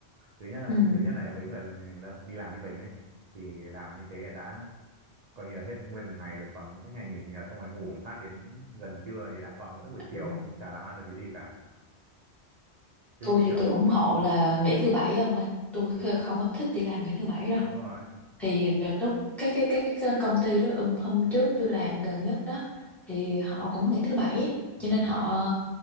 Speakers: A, on the right (about 50°); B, in the centre.
A: thứ nhất là,
B: ừ
A: thứ nhất này với người là đi làm như mình ấy thì làm như thế là đã coi như là hết nguyên một ngày rồi còn mỗi ngày nghỉ chủ nhật xong rồi ngủ một phát đến gần trưa thì đã còn mỗi buổi
B: ừ.
A: chiều chả làm ăn được cái gì cả Kiểu
B: tôi
A: như
B: thì
A: kiểu
B: tôi ủng hộ là nghỉ thứ bảy ông ơi tôi
A: đúng,
B: không có thích đi làm ngày thứ bảy đâu
A: đúng rồi
B: thì ờ, lúc cái cái cái cái công ty đó ừ, hôm trước tôi làm gần nhất đó thì họ cũng nghỉ thứ bảy ấy.
A: ừ,
B: cho nên họ